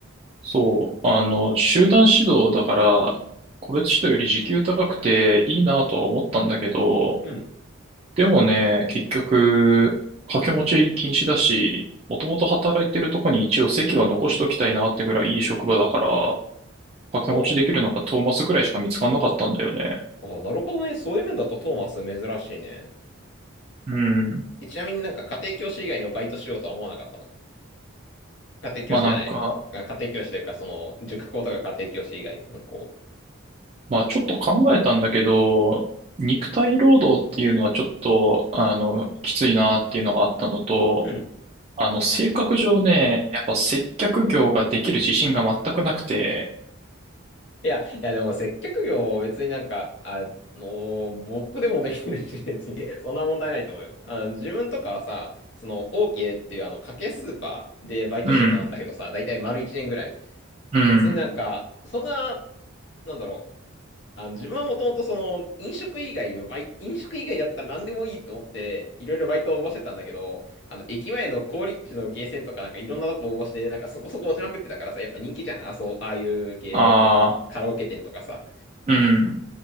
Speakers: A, on the right; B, on the left.
A: そう、あの、集団指導だから、個別指導より時給高くていいなとは思ったんだけど、
B: うん。
A: でもね、結局、掛け持ち禁止だし、もともと働いてるとこに一応席は残しときたいなってぐらいいい職場だから、掛け持ちできるのがトーマスぐらいしか見つかんなかったんだよね。
B: ああ、ああ、なるほどね。そういう面だとトーマス珍しいね。
A: うん。
B: え、ちなみになんか家庭教師以外のバイトしようとは思わなかったの家庭教師じゃない。
A: まあなんか、
B: あ家庭教師というか、その、塾講とか家庭教師以外の子。
A: まあちょっと考えたんだけど、肉体労働っていうのはちょっと、あの、きついなっていうのがあったのと、
B: うん。
A: あの、性格上ね、やっぱ接客業ができる自信が全くなくて、
B: いや、いやでも接客業別になんか、あの、僕でもできてるし、別に、<laughs> そんな問題ないと思うよ。あの、自分とかはさ、その、オーケーっていうあの、家計スーパーでバイトしてたんだけどさ、
A: うん、
B: だいたい丸1年ぐらい。
A: うん、
B: 別になんか、そんな、なんだろう、あ自分はもともとその飲食以外のバイ、飲食以外だったら何でもいいと思っていろいろバイトを応募してたんだけど、あの駅前の好立地のゲーセンとかなんかいろんなとこ応募してなんかそこそこ落ちまくってたからさ、やっぱ人気じゃん。あ、そう、ああいう系のカラオケ店とかさ。
A: ああ、うん。